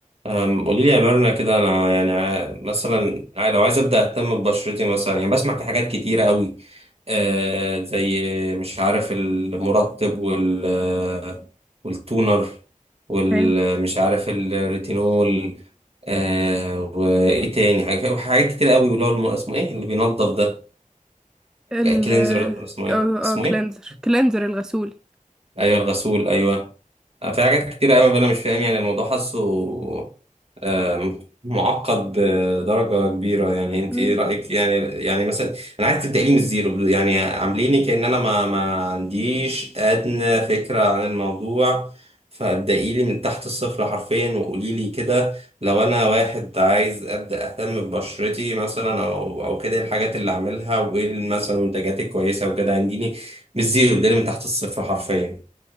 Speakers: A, on the right (about 45°); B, in the centre.
A: أم، قولي لي يا ميرنا كده انا يعني ع- مثلا ع- لو عايز ابدا اهتم ببشرتي مثلا يعني بسمع في حاجات كتيره قوي آه زي مش عارف المرطب وال آه، والتونر والمش
B: ايوه
A: عارف الريتينول آه وايه تاني حاجات حاجات كتير قوي واللي هو الم- اسمه ايه اللي بينظف ده
B: ال
A: كلينزر
B: اه
A: اسمه ايه اسمه
B: اه كلينزر
A: ايه
B: كلينزر الغسول
A: ايوه الغسول ايوه آه، في حاجات كتير قوي انا مش فاهم يعني الموضوع حاسه آم، معقد بدرجه كبيره يعني انت
B: مم.
A: ايه رايك يعني يعني مثلا انا عايز تبداي لي من الزيرو يعني عامليني كأن انا ما ما عنديش ادنى فكره عن الموضوع فابدأي لي من تحت الصفر حرفيا وقولي لي كده لو انا واحد عايز ابدا اهتم ببشرتي مثلا او او كده إيه الحاجات اللي اعملها وايه مثلا المنتجات الكويسه وكده عنديني من الزيرو ابدأي لي من تحت الصفر حرفيا